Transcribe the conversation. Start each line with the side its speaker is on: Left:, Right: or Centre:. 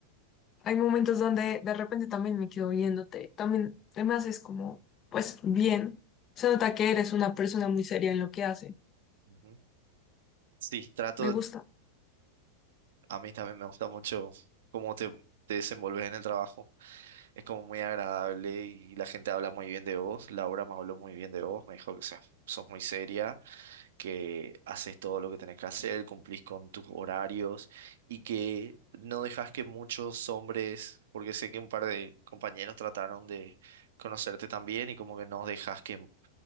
Left: hay momentos donde de repente también me quedo viéndote, también te me haces como, pues bien, se nota que eres una persona muy seria en lo que hace,
Right: Ujú. Sí, trato,
Left: me gusta.
Right: a mí también me gusta mucho cómo te, te desenvolves en el trabajo. Es como muy agradable y la gente habla muy bien de vos. Laura me habló muy bien de vos, me dijo que seas- sos muy seria, que haces todo lo que tenés que hacer, cumplís con tus horarios y que no dejas que muchos hombres, porque sé que un par de compañeros trataron de conocerte también y como que no dejas que